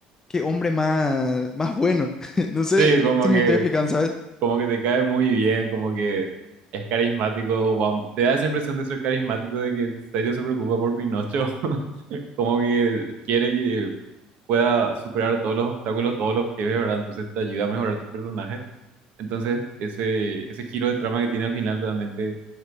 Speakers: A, on the left; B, on the right.
A: qué hombre más, más bueno. <laughs> No sé
B: Sí, como
A: si me
B: que
A: Sí, estoy explicando, sí. ¿sabes?
B: como que te cae muy bien, como que es carismático, vam- te da esa impresión de ser carismático, de que en serio se preocupa por Pinocho, <laughs> como que quiere que pueda superar todos los obstáculos, todos los jefes, ¿verdad? Entonces te ayuda a mejorar tu personaje. Entonces ese, ese giro de trama que tiene al final realmente